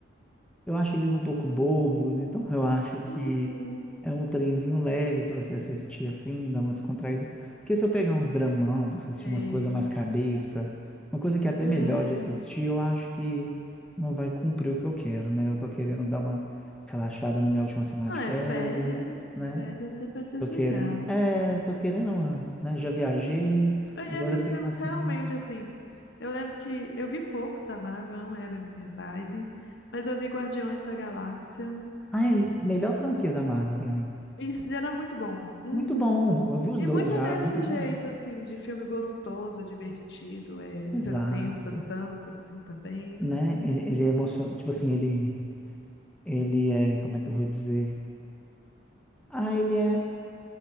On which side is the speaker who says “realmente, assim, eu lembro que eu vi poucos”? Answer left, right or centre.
Left